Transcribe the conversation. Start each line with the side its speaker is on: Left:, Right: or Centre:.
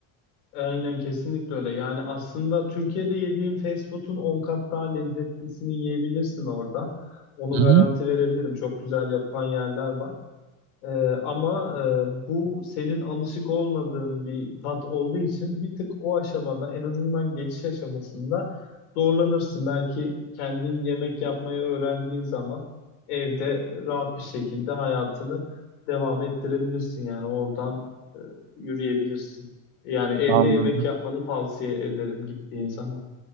Left: Aynen kesinlikle öyle. Yani aslında Türkiye'de yediğin fast food'un 10 kat daha lezzetlisini yiyebilirsin orada. Onu
Right: Hı
Left: garanti
Right: hı.
Left: verebilirim. Çok güzel yapan yerler var. Ee, ama e, bu senin alışık olmadığın bir tat olduğu için bir tık o aşamada en azından geçiş aşamasında zorlanırsın. Belki kendin yemek yapmayı öğrendiğin zaman evde rahat bir şekilde hayatını devam ettirebilirsin. Yani oradan e, yürüyebilirsin. Yani evde
Right: Anladım.
Left: yemek yapmanı tavsiye ederim gittiğin zaman.